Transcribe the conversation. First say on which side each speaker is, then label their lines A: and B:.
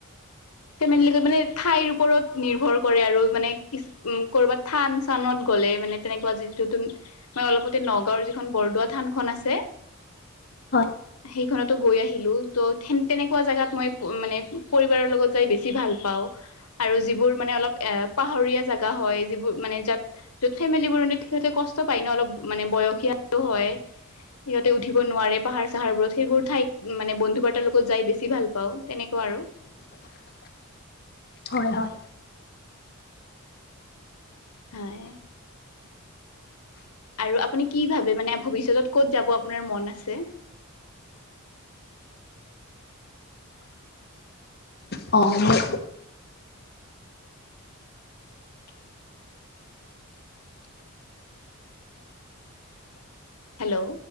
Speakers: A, on the left; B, on the left.
A: ফেমিলিৰ লগত মানে ঠাইৰ ওপৰত নিৰ্ভৰ কৰে আৰু মানে কিছু উম কৰ'বাত থান চানত গ'লে মানে তেনেকুৱা যিটো। মই অলপতে নগাঁওৰ যিখন বৰদোৱা থানখন আছে।
B: হয়
A: সেইখনতো গৈ আহিলো ত তেনেকুৱা জোগাত মই মানে পৰিবাৰৰ লগত। তই বেছি ভাল পাওঁ আৰু যিবোৰ মানে অলপ এ পাহাৰীয়া জেগা হয় যিবোৰ মানে যাত। য'ত ফেমিলিবোৰ সিহঁতে কষ্ট পায় ন অলপ মানে বয়সীয়া হয়। সিহঁতে উঠিব নোৱাৰে পাহাৰ চাহাৰ বোৰত সেইবোৰ ঠাইত। উম, মানে বন্ধু বাৰ্তাৰ লগত যাই বেছি ভাল পাওঁ তেনেকুৱা আৰু।
B: হয়, হয়।
A: হয়। আৰু আপুনি কি ভাবে মানে ভৱিষ্যতত ক'ত যাব আপোনাৰ মন আছে?
B: অ', মই
A: হেল্ল'?